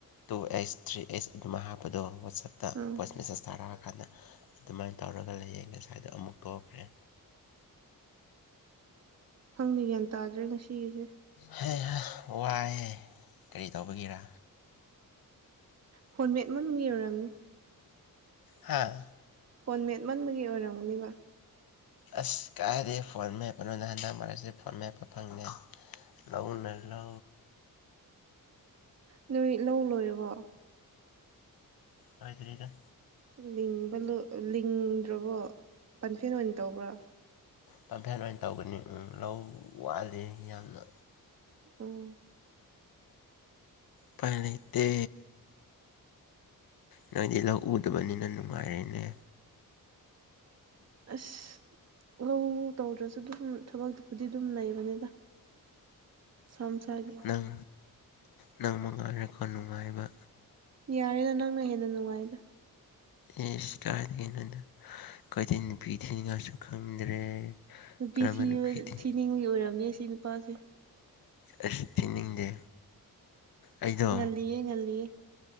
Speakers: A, on the left (about 80°); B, on the right (about 45°).
A: ꯇꯨ ꯑꯩꯆ ꯊ꯭ꯔꯤ ꯑꯩꯆ ꯑꯗꯨꯃ ꯍꯥꯞꯄꯗꯣ ꯋꯥꯆꯞꯇ
B: ꯎꯝ
A: ꯃꯦꯁꯦꯁ ꯇꯥꯔꯛꯑꯀꯥꯟꯗ ꯑꯗꯨꯃꯥꯏꯅ ꯇꯧꯔꯒ ꯂꯩꯌꯦ ꯉꯁꯥꯏꯗꯣ ꯑꯃꯨꯛ ꯇꯣꯛꯈ꯭ꯔꯦ
B: ꯍꯪꯅꯤꯒ꯭ꯌꯥꯟ ꯇꯥꯗ꯭ꯔꯦ ꯉꯁꯤꯒꯤꯁꯦ
A: ꯍ ꯍ ꯋꯥꯏꯍꯦ ꯀꯔꯤ ꯇꯧꯕꯒꯤꯔꯥ
B: ꯐꯣꯟꯃꯦꯠ ꯃꯅꯨꯡꯗ ꯌꯔꯔꯕꯅꯤ
A: ꯍꯥꯥ
B: ꯐꯣꯟ ꯃꯦꯠꯃꯟꯕꯒꯤ ꯑꯣꯏꯔꯝꯒꯨꯅꯦꯕ
A: ꯑꯁ ꯀꯥꯏꯗꯩꯩ ꯐꯣꯟ ꯃꯦꯞꯄꯅꯣꯗ ꯍꯟꯗꯛ ꯃꯔꯛꯁꯤ ꯐꯣꯟ ꯃꯦꯠꯄ ꯐꯪꯗꯦ ꯂꯧꯎꯅꯦ ꯂ
B: ꯅꯣꯏ ꯂꯧ ꯂꯣꯏꯔꯕꯣ
A: ꯂꯣꯏꯇ꯭ꯔꯤꯗ
B: ꯂꯕ ꯂꯤꯡꯗ꯭ꯔꯕꯣ ꯄꯟꯐꯦꯟ ꯑꯣꯏꯅ ꯇꯧꯕ꯭ꯔꯥ
A: ꯄꯝꯐꯦꯟ ꯑꯣꯏꯅ ꯇꯧꯒꯅꯤ ꯎ ꯂꯧ ꯋꯥꯠꯂꯤ ꯌꯥꯝꯅ
B: ꯎꯝ
A: ꯄꯅꯠꯇ ꯅꯪꯏꯗꯤ ꯂꯧ ꯎꯗꯕꯅꯤꯅ ꯅꯨꯡꯉꯥꯏꯔꯦꯅꯦ
B: ꯑꯁ ꯂꯧ ꯇꯧꯗ꯭ꯔꯁꯨ ꯑꯗꯨꯝ ꯊꯕꯛꯇꯕꯨꯗꯤ ꯑꯗꯨꯝ ꯂꯩꯕꯅꯤꯗ ꯃꯁꯥ ꯃꯁꯥꯒꯤ
A: ꯅꯪ ꯅꯪ ꯃꯉꯥꯏꯔꯛꯀ ꯅꯨꯡꯉꯥꯏꯕ
B: ꯌꯥꯔꯦꯗ ꯅꯪꯅ ꯍꯦꯟꯅ ꯅꯨꯡꯉꯥꯏꯗ
A: ꯏꯁ ꯀꯥꯏꯗꯒꯤꯅꯣꯗ ꯑꯩꯈꯣꯏꯗꯤ ꯅꯨꯄꯤ ꯊꯤꯅꯤꯡꯉꯥꯏꯁꯨ ꯈꯪꯗ꯭ꯔꯦ
B: ꯅꯨꯄꯤ
A: ꯀꯔꯝꯕ
B: ꯊꯤ
A: ꯅꯨꯄꯤ ꯊꯤ
B: ꯊꯤꯅꯤꯡꯉꯤ ꯑꯣꯏꯔꯝꯅꯦ ꯁꯤ ꯅꯨꯄꯥꯁꯦ
A: ꯑꯁꯤ ꯊꯤꯅꯤꯡꯗꯦ ꯑꯩꯗꯣ
B: ꯉꯜꯂꯤꯌꯦ ꯉꯜꯂꯤꯌꯦ